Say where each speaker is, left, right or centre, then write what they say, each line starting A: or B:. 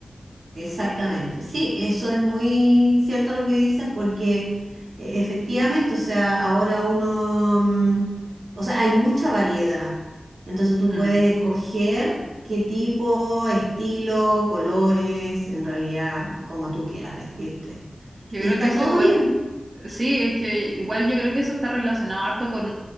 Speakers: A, on the right (about 80°); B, on the right (about 45°).
A: Exactamente, sí, eso es muy cierto lo que dices porque eh, efectivamente, o sea, ahora uno, mm, o sea, hay mucha variedad, entonces tú
B: Mm.
A: puedes escoger qué tipo, estilo, colores, en realidad, como tú quieras vestirte.
B: Yo
A: Y
B: creo
A: está
B: que eso
A: todo
B: igual
A: bien,
B: Sí, es que igual yo creo que eso está relacionado harto con